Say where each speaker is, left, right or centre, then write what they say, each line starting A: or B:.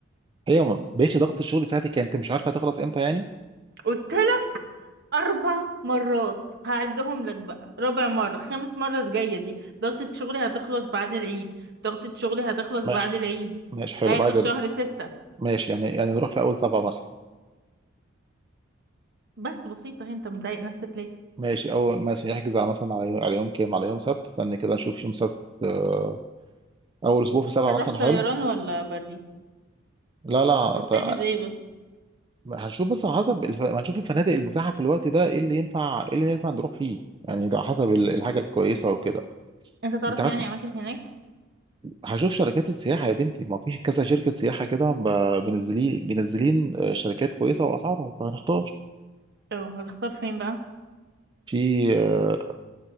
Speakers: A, on the right (about 25°); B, on the right (about 55°).
A: ايوه ما- ماشي ضغط الشغل بتاعتك يعني انت مش عارفه هتخلص امتى يعني
B: قلت لك اربع مرات هعدهم لك بقى رابع مرة خامس مرة الجاية دي ضغطة شغلي هتخلص بعد العيد ضغطة شغلي هتخلص
A: ماشي
B: بعد العيد
A: ماشي حلو
B: اخر
A: بعد
B: شهر
A: ال...
B: ستة
A: ماشي يعني يعني نروح في اول سبعه مثلا
B: بس بسيطة هي انت مضايق نفسك ليه
A: ماشي اول مثلا نحجز على مثلا على يوم, على يوم كام على يوم سبت استني كده نشوف يوم سبت آه، اول اسبوع في سبعه
B: هنروح
A: مثلا حلو
B: طيران ولا بري
A: لا لا
B: انت بتحجز
A: طيب
B: ايه بس
A: هنشوف بس على حسب الف... هنشوف الفنادق المتاحه في الوقت ده ايه اللي ينفع ايه اللي ينفع نروح فيه يعني ده على حسب ال- الحاجه الكويسه وكده
B: انت تعرف
A: انت عارف
B: يعني اماكن هناك
A: هشوف شركات السياحه يا بنتي ما فيش كذا شركه سياحه كده ب- بينزلين بينزلين آه، شركات كويسه واسعارهم فهنختار
B: اه هتختار فين بقى
A: في آه،